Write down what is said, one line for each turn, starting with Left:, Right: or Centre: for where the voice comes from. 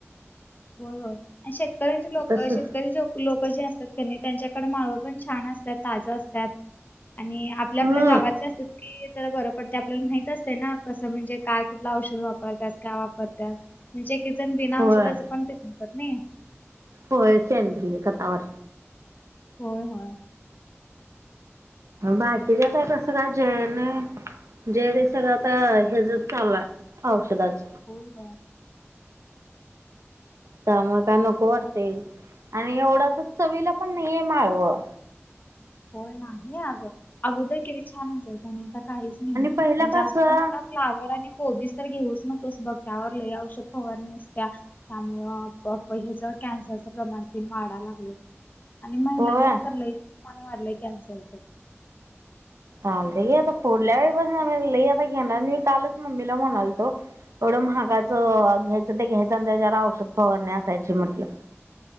Left: होय होय आणि शेतकरी- शेतकऱ्यांची लोक
Right: तसं.
Left: शेतकरी लोक जे असतात- तर तेनी त्यांच्याकडं माळव पण छान असतात ताज असतात आणि आपल्या
Right: हम्म
Left: आपल्या गावातले असतात की जरा बरं पडते आपल्याला माहित असते ना, कसं म्हणजे काय कुठलं औषध वापरत काय वापरत म्हणजे एकेकजण बिन
Right: होय
Left: औषधच पण होत नाही
Right: होय सेंद्रीय खतावर
Left: होय होय
Right: बाकीच आता कसं काय जळन, जे ते आता हचच चालू आहे औषधाच-
Left: होय नंबर.
Right: त्यामुळं काय नको वाटते, आणि एवढं असं चवीला पण नाहीर माळव-
Left: होय ना गं अगोदर किती छान असायचं नाही का- काहीच नाही
Right: पहिला
Left: आणि
Right: कसं
Left: जास्त पण आता फ्लावर आणि कोबीज तर घेऊच नकोस बघ- त्यावर लय औषध फवारणी असतेया, त्यामुळं हे कॅन्सरच प्रमाण तेन वाढाय लागलंय. आणि महिलांच्या
Right: होय
Left: तर लयच- प्रमाण वाढलंय कॅन्सरच.
Right: चालतंय घे आता पुढल्या वेळीपासून लय आता घेणार नाही कालच मम्मीला म्हणालतो- येवढं महागाचं घ्यायचं ते घ्यायचं- सध्याजरा औषध फवारणी, असायची म्हटलं-